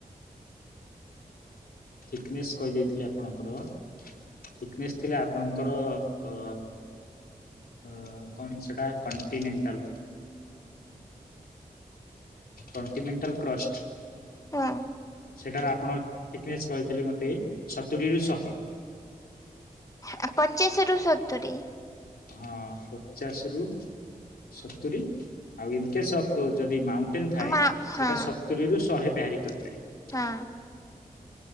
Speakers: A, on the left; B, on the left.
A: <inaudible>
B: ଥିକ୍ ନେସ୍ କହିଦେଇଥିଲି ଆପଣଙ୍କର ଥିକ୍ ନେସ୍ ଥିଲେ ଆପଣଙ୍କର ଅ ଅ- କଣ୍ ସେଟା କଣ୍ଟିନେଣ୍ଟାଲ୍। Continental crust.
A: ହଁ।
B: ସେଠାରେ ଆପଣ ଫିଟ୍ ନେସ୍ କହିଥିଲେ ମୋତେ ସତୁରୀ ରୁ ଶହେ।
A: ଆ-ପଚାଶରୁ ସତୁରି।
B: ହଁ ପଚାଶ୍ ରୁ ସତୁରି ଆଉ ଇନ୍ କେସ୍ ଅଫ୍ ଯଦି ମାଉଣ୍ଟ୍ ଟେନ୍ ଥାଏ
A: ମା ହଁ
B: ସେଇଟା ସତୁରିରୁ ଶହେ ବ୍ୟରିଂ କରିପାରିବ।
A: ହଁ।